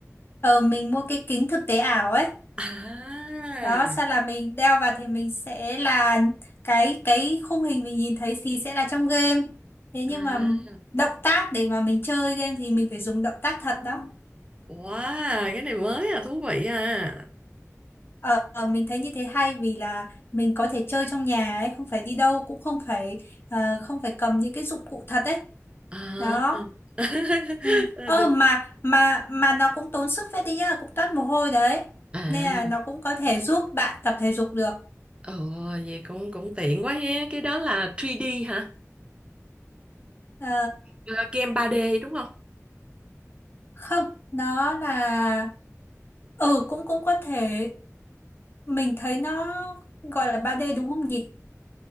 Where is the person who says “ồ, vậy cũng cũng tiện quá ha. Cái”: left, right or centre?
Right